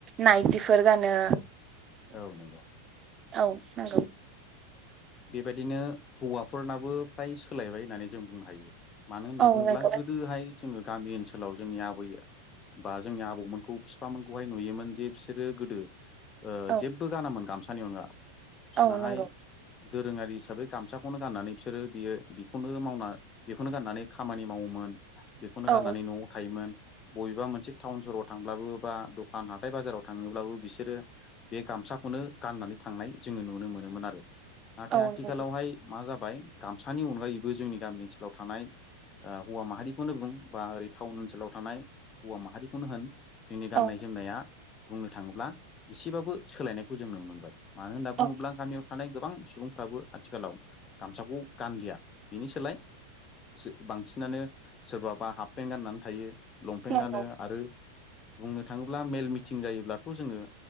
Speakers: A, on the right (about 30°); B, on the left (about 30°).
A: नायटिफोर गानो।
B: औ नंगो
A: औ नंगौ
B: बेबायदिनो हौवाफोरनाबो फ्राय सोलायबाय होननानै जों बुंनो हायो। मानो होनना
A: औ
B: बुङोब्ला
A: नंगौ
B: गोदोहाय जोङो गामि ओनसोलाव जोंनि आबै बा जोंनि आबौ मोनखौ बिफामोनखौहाय नुयोमोन जे बिसोरो गोदो ओ
A: औ
B: जेबबो गानामोन गामसानि अनगा बिसनाहाय
A: औ नंगौ
B: दोरोङारि हिसाबै गामसाखौनो गाननानै बिसोरो बियो बेखौनो मावना बेखौनो गाननानै खामानि मावोमोन। बेखौनो
A: औ
B: गाननानै न'आव थायोमोन बबेबा मोनसे टाउन सहराव था थांब्लाबो बा दखान हाथाय बाजाराव थाङोब्लाबो बिसोरो बे गामसाखोनो गनानानै थांनाय जो ङो नुनो मोनोमोन आरो नाथाय
A: औ
B: आथिखालावहाय
A: नंगौ
B: मा जाबाय गामसानि अनगायैबो जोंनि गामि ओनसोलाव थानाय ओ हौवा माहारिखौनो बुं बा ओरै टाउन ओनसोलाव थानाय हौवा माहारिखौनो होन जोंनि गाननाय
A: औ
B: जोमनाया बुंनो थाङोब्ला एसेबाबो सोलायनायखौ जों नुनो मोनबाय। मानो होनना बुङोब्ला
A: औ
B: गामियाव थानाय गोबां सुबुंफ्राबो आथिखालाव गामसाखौ गानलिया बेनि सोलाय सो-बांसिनानो सोरबाबा हाप पेन्ट गाननानै थायो लंपेन्ट
A: नंगौ
B: गानो आरो बुंनो थाङोब्ला मेल मिटिं जायोब्लाथ' जोङो